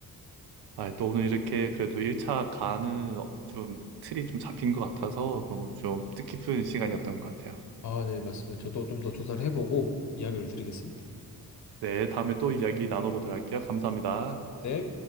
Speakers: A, on the right; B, on the left.
A: 아, 또 오늘 이렇게 그래도 1차 가는 어, 좀 틀이 좀 잡힌 것 같아서 너무 좀 뜻깊은 시간이었던 것 같아요.
B: 아, 네, 맞습니다. 저도 좀 더 조사를 해보고 이야기를 드리겠습니다.
A: 네, 다음에 또 이야기 나눠보도록 할게요. 감사합니다.
B: 네.